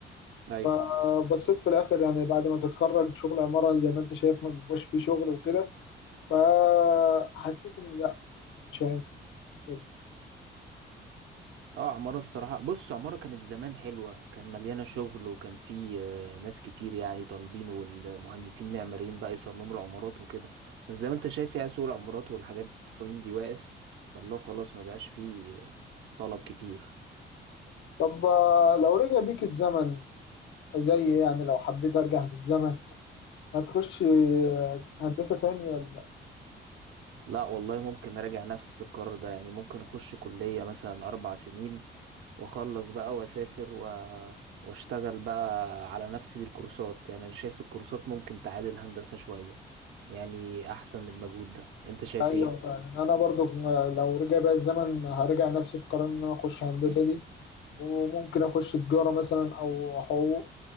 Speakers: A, on the right; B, on the left.
A: ايوه
B: فبصيت في الاخر يعني بعد ما تتخرج شغل عمارة زي ما انت شايف ما بيبقاش فيه شغل وكده فحسيت ان لا مش هينفع كده
A: اه عمارة الصراحة بص عمارة كانت زمان حلوة كان مليانة شغل وكان في آه، ناس كتير يعني طالبين والمهندسين معماريين بقى يصمموا العمارات وكده بس زي ما انت شايف يعني سوق العمارات والحاجات التصاميم دي واقف فالله خلاص ما بقاش فيه آه، طلب كتير
B: طب آه، لو رجع بيك الزمن زي يعني لو حبيت ارجع بالزمن هتخش آه، هندسة تاني ولا
A: لا والله ممكن اراجع نفسي في القرار ده يعني ممكن اخش كلية مثلا اربع سنين واخلص بقى واسافر و... واشتغل بقى على نفسي بالكورسات يعني انا شايف الكورسات ممكن تعادل هندسة شوية يعني احسن من المجهود ده انت شايف
B: ايوه
A: ايه
B: فعلا انا برضو آه، لو رجع بيا الزمن هرجع نفسي في قرار ان انا اخش هندسة دي وممكن اخش تجارة مثلا او حقوق